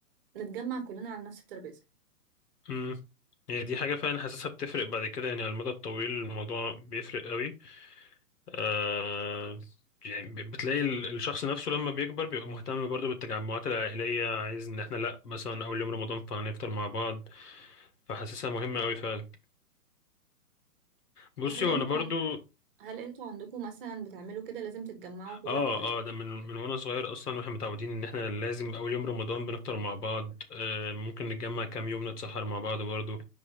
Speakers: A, on the right (about 35°); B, on the left (about 75°).
A: نتجمع كلنا على نفس الترابيزة
B: امم يعني دي حاجه فعلا حاسسها بتفرق بعد كده يعني على المدى الطويل الموضوع بيفرق قوي آه يعني ب- بتلاقي ال- الشخص نفسه لما بيكبر بيبقى مهتم برضه بالتجمعات العائليه عايز ان احنا لا مثلا اول يوم رمضان فهنفطر مع بعض فحاسسها مهمه قوي فعلا بصي
A: هل
B: وانا
A: انتوا
B: برضو
A: عن... هل انتوا عندكم مثلا بتعملوا كده لازم تتجمعوا كل
B: اه
A: فترة؟
B: اه ده من من وانا صغير اصلا واحنا متعودين ان احنا لازم اول يوم رمضان بنفطر مع بعض آه ممكن نتجمع كام يوم نتسحر مع بعض برضه